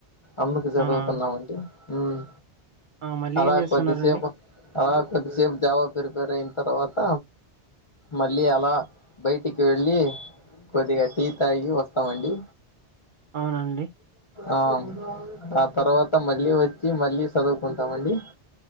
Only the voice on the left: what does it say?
అందుకు చదువుతున్నామండి
ఆమ్
అలా
కొద్దిసేపు అలా కొద్దిసేపు జావా ప్రిపేర్ అయిన తర్వాత మళ్ళీ అలా బయటికి వెళ్ళి కొద్దిగా టీ తాగి వస్తామండి
ఆ ఆ తర్వాత మళ్ళీ వచ్చి మళ్ళీ చదువుకుంటామండి